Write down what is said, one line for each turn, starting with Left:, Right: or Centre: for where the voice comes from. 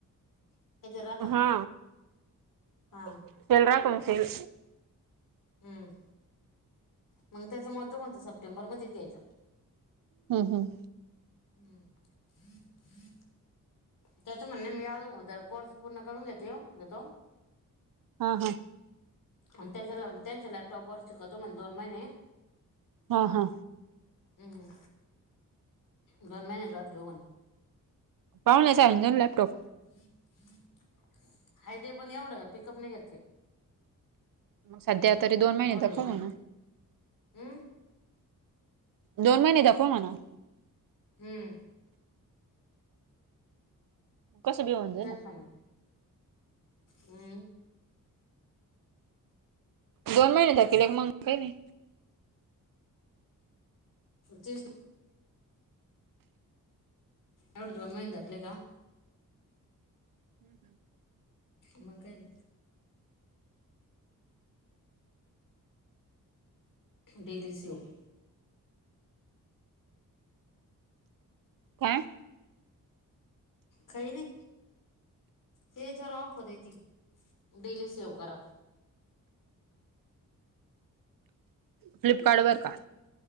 Left: काहीतरी राहतात
Right: हा
Left: हां
Right: सेल राहतो ना सेल.
Left: हम्म, मंग त्याच्यामुळे तरं म्हणतो सप्टेंबरमध्येच द्यायचा.
Right: हम्म हम्म.
Left: हम्म. त्याच म्हणणं आहे मी आगोदर कोर्स पूर्ण करून घेते घेतो
Right: हा हा.
Left: आणि त्याच्या त्यांच्या लॅपटॉप वर शिकतो म्हणे दोन महिने
Right: हा हा.
Left: हम्म, दोन महिन्याच्या बाद घेऊ म्हणे.
Right: पावण्याचा अंजुन लॅपटॉप
Left: <unintelligible> हाय ते पण एवढं पिकअप नाही घेत तो.
Right: सध्या तरी दोन महिने
Left: एवढं
Right: दखव
Left: नाही
Right: हे ना.
Left: हम्म.
Right: दोन महिने दाखवा म्हणाव.
Left: हम्म.
Right: कसं बी होऊन जाई
Left: तेच
Right: ना
Left: म्हणा हम्म
Right: दोन महिने दाकिले मंग काही नाही.
Left: तेच ना. एवढं दोन महिने घातले का?
Right: हम्म हं.
Left: मंग काही नाही. डेली सेवह.
Right: काय?
Left: काय नाही, तेच्यावर ऑफर आहे ती डेली सेव्ह करा.
Right: फ्लिपकार्ड वर का?